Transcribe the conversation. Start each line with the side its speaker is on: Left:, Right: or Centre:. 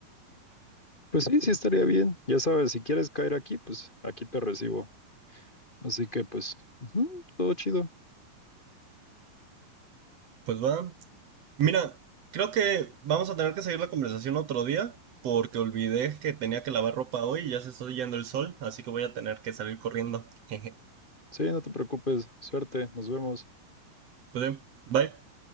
Left: Pues sí, sí estaría bien. Ya sabes, si quieres caer aquí, pues aquí te recibo. Así que pues, ujú, todo chido.
Right: Pues va. Mira, creo que vamos a tener que seguir la conversación otro día porque olvidé que tenía que lavar ropa hoy y ya se está yendo el sol, así que voy a tener que salir corriendo. <laughs> Jeje.
Left: Sí, no te preocupes. Suerte, nos vemos.
Right: Pues bien, bye.